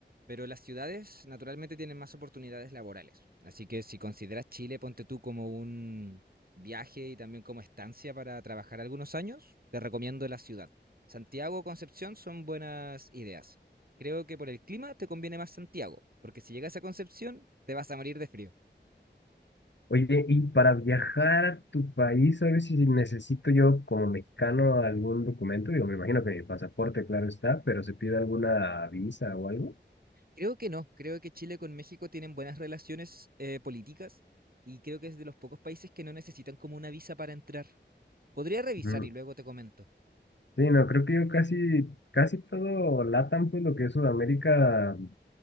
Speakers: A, on the right (about 55°); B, on the left (about 75°).
A: Pero las ciudades naturalmente tienen más oportunidades laborales. Así que si consideras Chile, ponte tú como un viaje y también como estancia para trabajar algunos años, te recomiendo la ciudad. Santiago o Concepción son buenas ideas. Creo que por el clima te conviene más Santiago, porque si llegas a Concepción te vas a morir de frío.
B: Oye, y para viajar a tu país, ¿sabes si necesito yo como mexicano algún documento? Digo, me imagino que mi pasaporte, claro está, pero se pide alguna visa o algo.
A: Creo que no, creo que Chile con México tienen buenas relaciones eh, políticas y creo que es de los pocos países que no necesitan como una visa para entrar. Podría revisar
B: Ujú.
A: y luego te comento.
B: Sí, no, creo que yo casi, casi todo LATAM, pues lo que es Sudamérica,